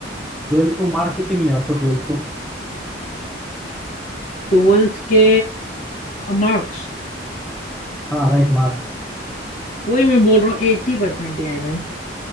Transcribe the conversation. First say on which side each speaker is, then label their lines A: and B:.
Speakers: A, in the centre; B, on the left.
A: ट्वेल्थ को मार्क कितने मिले आपको ट्वेल्थ को
B: ट्वेल्थ के मार्क्स
A: हाँ राइट मार्क्स
B: वही मैं बोल रहा हूँ एट्टी परसेंट ही आए भाई